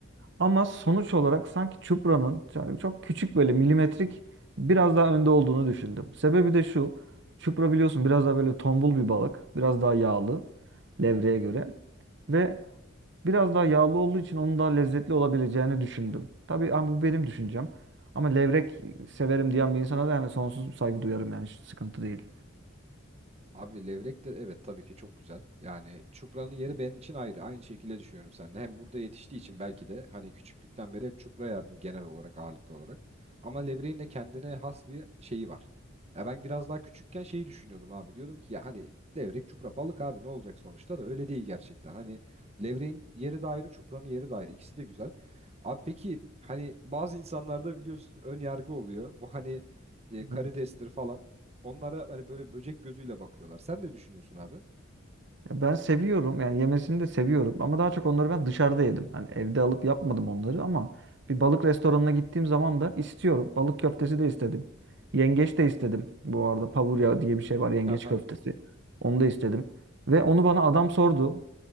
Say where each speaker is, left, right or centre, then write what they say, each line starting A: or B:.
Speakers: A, on the right; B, on the right.
A: Ama sonuç olarak sanki Çupra'nın yani çok küçük böyle milimetrik biraz daha önde olduğunu düşündüm. Sebebi de şu. Çupra biliyorsun biraz daha böyle tombul bir balık. Biraz daha yağlı levreğe göre. Ve Biraz daha yağlı olduğu için onun daha lezzetli olabileceğini düşündüm. Tabii ama bu benim düşüncem. Ama levrek severim diyen bir insana da yani sonsuz saygı duyarım yani hiç sıkıntı değil.
B: Abi levrek de evet tabii ki çok güzel. Yani çupranın yeri benim için ayrı. Aynı şekilde düşünüyorum seninle. Hem burada yetiştiği için belki de hani küçüklükten beri hep çupra yerdim genel olarak ağırlıklı olarak. Ama levreğin de kendine has bir şeyi var. Ya ben biraz daha küçükken şeyi düşünüyordum abi. Diyordum ki ya hani levrek çupra balık abi ne olacak sonuçta da öyle değil gerçekten. Hani levreğin yeri de ayrı çupranın yeri de ayrı. İkisi de güzel. Abi peki hani bazı insanlarda biliyorsun ön yargı oluyor. Bu hani e, karidestir
A: Evet.
B: falan onlara hani böyle böcek gözüyle bakıyorlar. Sen ne düşünüyorsun abi?
A: Ya Ben seviyorum yani yemesini de seviyorum ama daha çok onları ben dışarıda yedim. Hani evde alıp yapmadım onları ama bir balık restoranına gittiğim zaman da istiyorum. Balık köftesi de istedim. Yengeç de istedim. Bu arada pavurya diye bir şey var yengeç
B: Aha,
A: köftesi. Onu da istedim. Ve onu bana adam sordu.